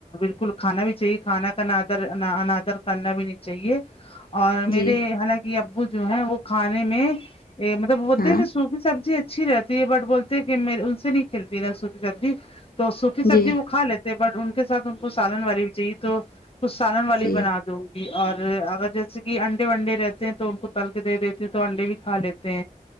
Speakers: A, on the left (about 40°); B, on the left (about 80°).
A: بلکل کھانا بھی چاہیے کھانا کا نادر اننادر کرنا بھی نہیں چاہیے اور میرے
B: جی
A: حلانکہ ابو جو ہے وہ کھانے میں مطلب بولتے
B: ہاں
A: ہیں کہ سوکھی سبزی اچھی رہتی ہے بٹ بولتے ہیں کہ میں ان سے نہیں کلتی نا سوکھی سبزی تو سوکھی سبزی
B: جی
A: وہ کھا لیتے ہیں بٹ ان کے ساتھ ان کو سالن والی بھی چاہیے تو کچھ سالن والی
B: جی
A: بنا دو اور اگر جیسے کہ انڈے وڈے رہتے ہیں تو ان کو تل کے دے دیتی ہ تو انڈے بھی کھا لیتے